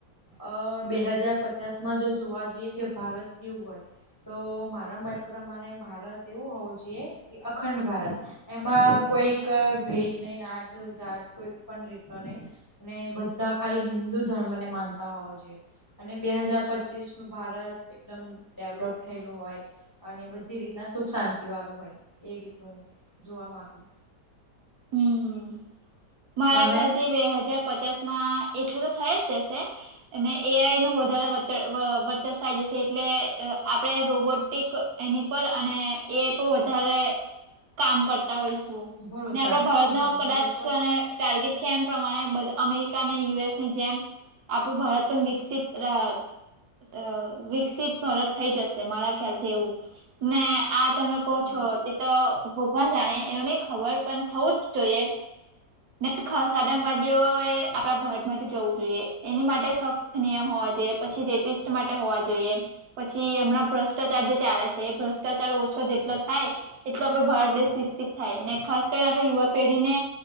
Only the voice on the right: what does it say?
હમ્મ, મારા
ખ્યાલથી બે હજાર પચાસમાં એટલુંતો થઈ જ જશે. અને એ આઈ નું વધારે વચ્ચે અહ વ ચસવાઈ જશે, એટલે આપડે રોબોટિક એની પર અને એઈ પર વધારે કામ કરતા હોયશું
ને આપડે ભારતનો
કદાચ
અને ટાર્ગેટ છે એમ પ્રમાણે અમેરિકા અને યુ એસની જેમ આપણું ભારત પણ વિકસિત રહ સ અહ વિકસિત ભારત થઈ જશે મારા ખ્યાલથી એવું ને આ તમે કહો
છો, તેતો ભગવાન જાણે એનું નહીં ખબર પણ થવુંજ જોઈએ. ને ખાસ આતંકવાદીઓ એ આપડા ભારત માટે જવું જોઈએ એની માટે સખ્ત નિયમ હોવા જોઈએ, પછી રેપિસ્ટ માટે હોવા જોઈએ. પછી હમણાં ભ્રષ્ટાચાર જે ચાલે છે, એ ભ્રષ્ટાચાર ઓછો જેટલો થાય એટલો આપડો ભારતદેશ વિકસિત થાયને ખાસ કરીને આપડે યુવા પેઢીને